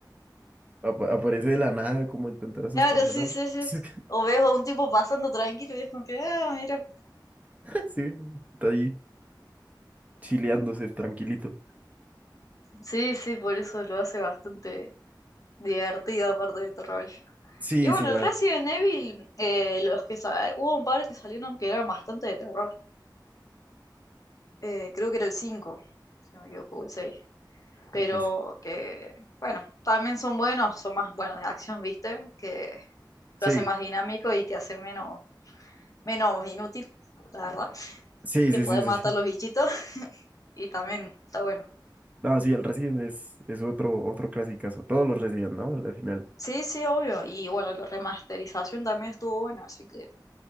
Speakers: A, on the right (about 20°); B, on the left (about 45°).
A: <laughs> apa- aparece de la nada como a intentar asustarme,
B: Claro, sí,
A: ¿no?
B: sí, sí.
A: <laughs>
B: O veo a un tipo pasando tranquilo y es como que, ah, mira.
A: Sí, está ahí chileándose, tranquilito.
B: Sí, sí, por eso lo hace bastante divertido, aparte de terrorífico.
A: Sí,
B: Y bueno,
A: sí, ya,
B: el Resident Evil, eh, los que sa- hubo un par que salieron que eran bastante de terror. Eh, creo que era el cinco si no me equivoco, o el seis pero
A: pues,
B: que, bueno, también son buenos, son más buenos de acción, ¿viste? Que
A: sí,
B: lo hace más dinámico y te hace menos, menos inútil, la verdad.
A: sí,
B: Te
A: sí,
B: puede
A: sí, sí,
B: matar
A: sí.
B: los bichitos <laughs> y también está bueno.
A: No, sí, el Resident es, es otro, otro clasicazo, todos los Resident, ¿no? Al final.
B: Sí, sí, obvio. Y bueno, la remasterización también estuvo buena, así que